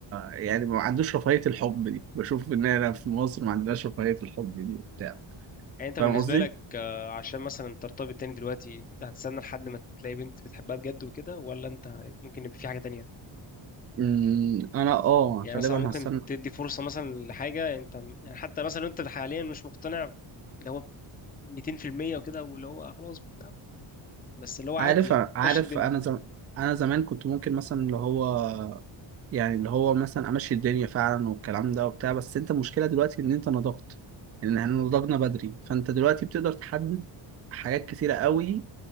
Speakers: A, on the right; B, on the left.
A: يعني ما عندوش رفاهية الحب دي بشوف ان انا في مصر ما عندناش رفاهية الحب دي وبتاع
B: يعني انت
A: فاهم
B: بالنسبه
A: قصدي؟
B: لك آه، عشان مثلا ترتبط تاني دلوقتي انت هتستنى لحد ما تلاقي بنت بتحبها بجد وكده ولا انت ممكن يبقى في حاجه تانية
A: أمم، انا اه
B: يعني
A: غالبا
B: مثلا ممكن
A: هستنى
B: تدي فرصة مثلا لحاجة انت يعني حتى مثلا لو انت حاليا مش مقتنع اللي هو 200% وكده واللي هو خلاص بتاع بس اللي هو عادي
A: عارف
B: يعني
A: عارف
B: ماشي الدنيا
A: انا زم... انا زمان كنت ممكن مثلا اللي هو يعني اللي هو مثلا امشي الدنيا فعلا والكلام ده وبتاع بس انت المشكله دلوقتي ان انت نضجت ان احنا نضجنا بدري فانت دلوقتي بتقدر تحدد حاجات كتيره قوي